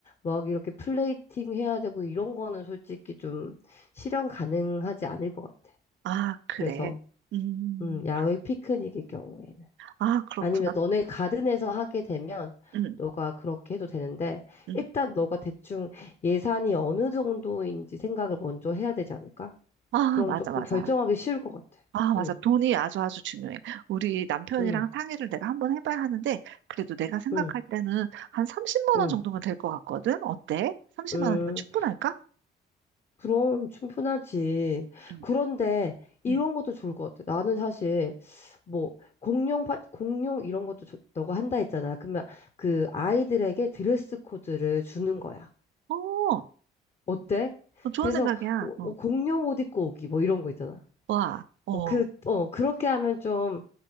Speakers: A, on the left; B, on the right.
A: 막 이렇게 플레이팅 해야 되고 이런 거는 솔직히 좀 실현 가능하지 않을 것 같아.
B: 아, 그래.
A: 그래서,
B: 음,
A: 음, 야외 피크닉일 경우에는.
B: 아, 그렇구나.
A: 아니면 너네 가든에서 하게 되면
B: 응,
A: 너가 그렇게 해도 되는데,
B: 응.
A: 일단 너가 대충 예산이 어느 정도인지 생각을 먼저 해야 되지 않을까?
B: 아,
A: 그럼
B: 맞아,
A: 조금
B: 맞아.
A: 결정하기 쉬울 것 같아.
B: 아, 맞아.
A: 응,
B: 돈이 아주 아주 중요해. 우리 남편이랑
A: 응,
B: 상의를 내가 한번 해봐야 하는데, 그래도 내가 생각할
A: 응,
B: 때는 한 30만
A: 응,
B: 원 정도면 될 것 같거든? 어때? 30만
A: 응.
B: 원이면 충분할까?
A: 그럼 충분하지.
B: 응,
A: 그런데 이런
B: 응,
A: 것도 좋을 것 같아. 나는 사실 뭐 공룡 파, 공룡 이런 것도 좋- 너가 한다 했잖아. 그러면 그 아이들에게 드레스 코드를 주는 거야.
B: 어,
A: 어때?
B: 어, 좋은
A: 그래서
B: 생각이야.
A: 어, 어,
B: 어.
A: 공룡 옷 입고 오기 뭐 이런 거 있잖아.
B: 와, 어.
A: 어, 그, 어, 그렇게 하면 좀